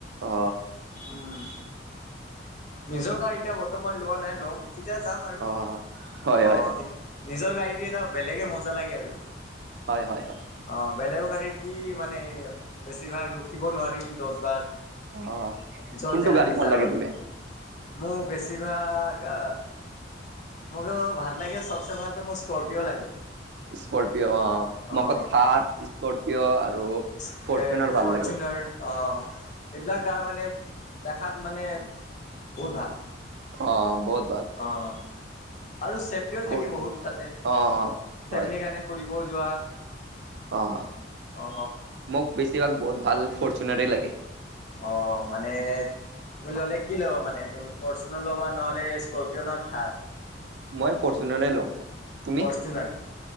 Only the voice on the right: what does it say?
অ
অ হয়
হয়
হয় হয় হয়
অ
কোনটো
গাড়ী
ভাল
লাগে তুমি
স্কৰপিঅ' অ',
মোৰ আকৌ থাৰ স্কৰপিঅ' আৰু
ফৰচুনাৰ ভাল
লাগে
অ', বহুত ভাল
ফৰ
অ অ
হয়
অ',
মোক বেছিভাগ বহুত ভাল ফৰচুনাৰেই লাগে।
মই ফৰচুনাৰেই ল'ম। তুমি